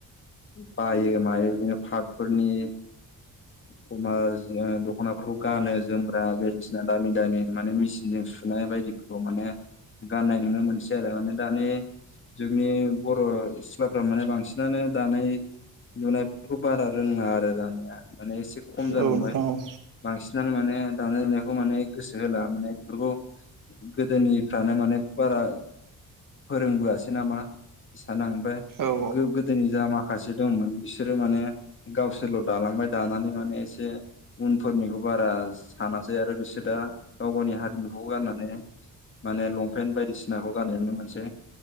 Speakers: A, on the left; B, on the right.
A: बायो मायो इदिनो पारटफोरनि खमा जाडो दख'नाफोरखौ गानो जोमग्रा बायदिसिना दामि दामि माने मेसिनजों सुनाय बायदिफोर ग माने गाननाय नुनो मोनसै आरो माने दानि जोंनि बर' सिख्लाफ्रा माने बांसिनानो दानाय लुनायफोरखौ बारा रोङा आरो जानाया माने एसे खम जालांबाय
B: औ नोंथां औ
A: बांसि <unintelligible> नां माने दानाय लुनायखौ माने गोसो होला माने बेफोरखौ गोदोनिफ्रानो माने बारा फोरोंबोआसै नामा सान आं ओमफे
B: औ
A: गोदोनि जा माखासे दंमोन बिसोरो माने गावसोरल' दालां माय दानानै माने एसे उनफोरनिखौ बारा सानासै आरो बिसोर दा गाव गावनि हारि मुखौ गारनानै माने लंपेन्ट बायदिसिनाखौ गानो नुनोमोनसै